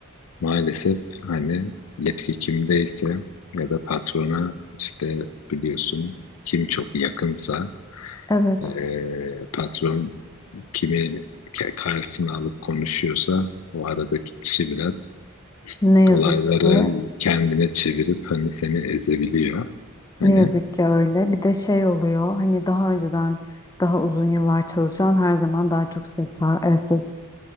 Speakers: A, on the left (about 85°); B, on the left (about 15°).
A: maalesef hani yetki kimdeyse ya da patrona işte biliyorsun kim çok yakınsa
B: Evet.
A: eee, patron kimi ke- karşısına alıp konuşuyorsa o aradaki kişi biraz
B: Ne yazık
A: olayları
B: ki.
A: kendine çevirip hani seni ezebiliyor. Hani
B: Ne yazık ki öyle. Bir de şey oluyor. Hani daha önceden daha uzun yıllar çalışan her zaman daha çok ses, e, söz